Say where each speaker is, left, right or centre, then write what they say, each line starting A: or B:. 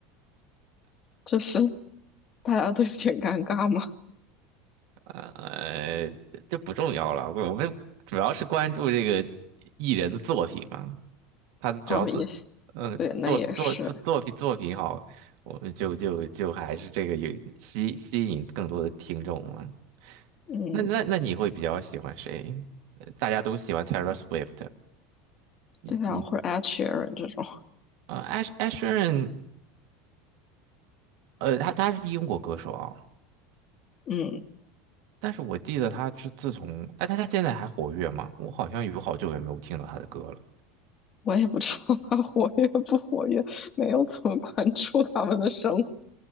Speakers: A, on the left; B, on the right.
A: 就是大家都有点尴尬吗？
B: 呃，这不重要了，我们主要是关注这个艺人的作品嘛。他只要作，
A: 哦，也
B: 嗯，
A: 对，
B: 作作作作品作品好，
A: 那也是，
B: 我们就就就还是这个有吸吸引更多的听众嘛。
A: 嗯，
B: 那那那你会比较喜欢谁？呃大家都喜欢 Taylor Swift，
A: 对啊，
B: 你？
A: 或者 a d s h e r a n 这种，
B: 呃，Ash a s h e r 呃，他他是英国歌手啊，
A: 嗯，
B: 但是我记得他是自从，哎，他他现在还活跃吗？我好像有好久也没有听到他的歌了。
A: 我也不知道他 <laughs> 活跃不活跃，没有怎么关注他们的生活，